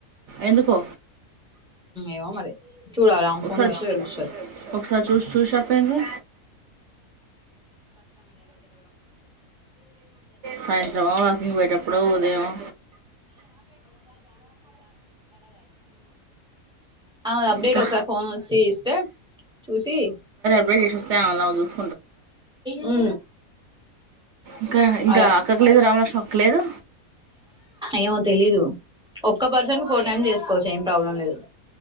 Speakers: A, on the right; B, in the centre.
A: ఎందుకో
B: ఏమో మరి చూడాలి ఆమె
A: ఒకసారి
B: ఫోన్ చూస్తే తెలుస్తది
A: ఒకసారి చూసి చూసి చెప్పేండ్రు. సాయంత్రమా వాకింగ్ పోయేటప్పుడో, ఉదయమో.
B: అమేది అప్డేట్
A: ఇంకా
B: ఒకసారి ఫోన్ వచ్చి ఇస్తే చూసి
A: డేట్ చేసిస్తే ఆమెది ఆమె చుస్
B: హు
A: ఇంకా ఇంకా
B: అల
A: అక్కకి లేదు, రామలక్ష్మి అక్కకి లేదు?
B: ఏమో తెలీదు ఒక్క పర్సన్ కి ఫోర్ టైమ్స్ చేసుకోవచ్చు ఏం ప్రాబ్లం లేదు